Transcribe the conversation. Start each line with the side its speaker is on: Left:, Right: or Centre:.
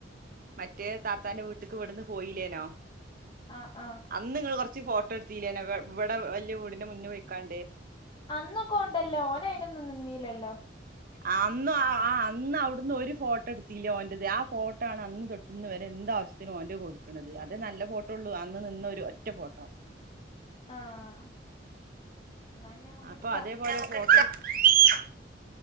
Right: മറ്റേ താത്താന്റെ വീട്ടക്ക് ഇവിടുന്ന് പോയില്ലേനോ
Left: ആഹ് ആഹ്
Right: അന്ന് നിങ്ങൾ കുറച്ച് ഫോട്ടോ എടുത്തില്ലേന ഇവിടെ വല്യ വീടിന് മുന്നിൽ വയ്ക്കാണ്ടേ
Left: അന്നൊക്കെ ഉണ്ടല്ലോ ഓന് അയിനൊന്നും നിന്നീല്ലല്ലോ
Right: ആഹ് അന്ന് ആന് അന്ന് അവിടുന്ന് ഒരു ഫോട്ടോ എടുത്തില്ലോ ഓന്റത് ആഹ് ഫോട്ടോ ആണ് അന്ന് തൊട്ട ഇന്ന് വരെ എന്ത ആവശ്യത്തിന് ഓന്റെ കൊടുക്കണത് അതേ നല്ല ഫോട്ടോള്ളൂ അന്ന് നിന്നൊരു ഒറ്റ ഫോട്ടോ
Left: ആഹ് എന്നാ ഞമ്മക്ക്
Right: അപ്പൊ
Left: എടുക്കാം
Right: അതേ പോലെ ഫോട്ട <unintelligible>